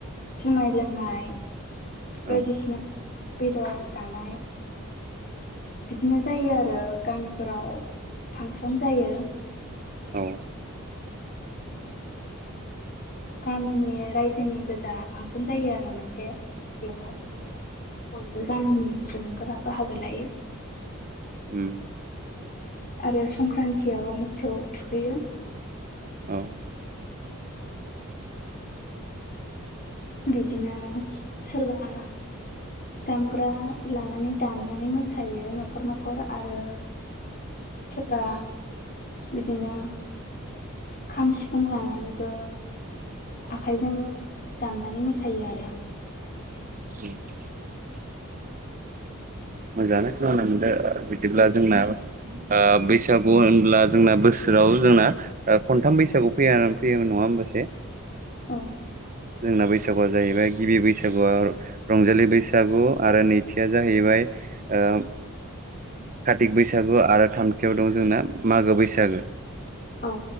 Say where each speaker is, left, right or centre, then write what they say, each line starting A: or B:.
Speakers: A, on the left; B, on the right.
A: जुमाय लोंनाय
B: औ
A: बायदिसिना बेदर जानाय बिदिनो जायो आरो गामिफोराव फांसन जायो।
B: औ।
A: गामिनि रायजोनि गोजा फांसन जायो आरो मोनसे। बेवहाय बय बो गामिनि सुबुंफोरा बाहागो लायो
B: उम।
A: आरो संक्रान्तियाव मोसौ थुखैयो।
B: औ।
A: बि दिनो सोरबा दामग्रा लानानै दामनानै मोसायो न'खर न'खर आरो सोरबा बिदिनो खाम सिफुं लानानैबो आखाइजों दामनानै मोसायो आरो।
B: <inaudible> मोजाङानो खोनानो मोनदों। ओ बिदिब्ला जोंना आ बैसागु होनब्ला जोंना बोसोराव जोंना खनथाम बैसागु फैया फैयोमोन नङा होमबासै?
A: औ।
B: जोंना बैसागुआ जाहैबाय गिबि बैसागुआ रंजालि बैसागु आरो नैथिया जाहैबाय ओ कातिक बैसागु आरो थामथियाव दं जोंना मागो बैसागो
A: औ